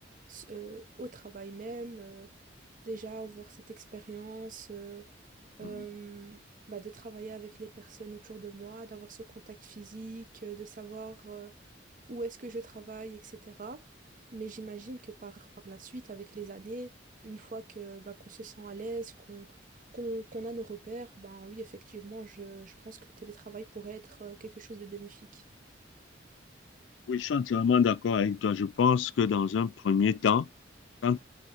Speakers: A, on the right; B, on the left.
A: s- euh, au travail même, euh, déjà avoir cette expérience euh,
B: Mhm.
A: euh, bah, de travailler avec les personnes autour de moi, d'avoir ce contact physique, euh, de savoir euh, où est-ce que je travaille, etc. Mais j'imagine que par, par la suite, avec les années, une fois que bah, qu'on se sent à l'aise, qu'on qu'on, qu'on a nos repères, ben oui, effectivement, je, je pense que le télétravail pourrait être euh, quelque chose de bénéfique.
B: Oui, je suis entièrement d'accord avec toi. Je pense que dans un premier temps, quand...